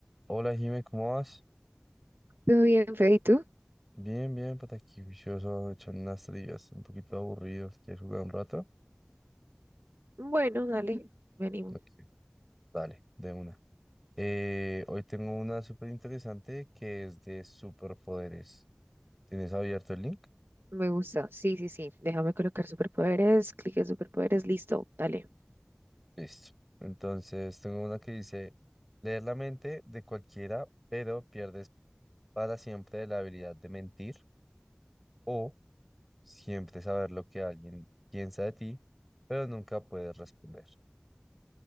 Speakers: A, in the centre; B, on the right.
A: Hola Jimé, ¿cómo vas?
B: ¿Todo bien, Fede? ¿Y tú?
A: Bien, bien, pues aquí vicioso, echando unas trivias, un poquito aburridos. ¿Quieres jugar un rato?
B: Bueno, dale, me animo.
A: Ok, dale, de una. Eh, hoy tengo una súper interesante que es de superpoderes. ¿Tienes abierto el link?
B: Me gusta. Sí, sí, sí. Déjame colocar superpoderes, clic en superpoderes, listo, dale.
A: Listo. Entonces, tengo una que dice, leer la mente de cualquiera, pero pierdes para siempre la habilidad de mentir o siempre saber lo que alguien piensa de ti, pero nunca puedes responder.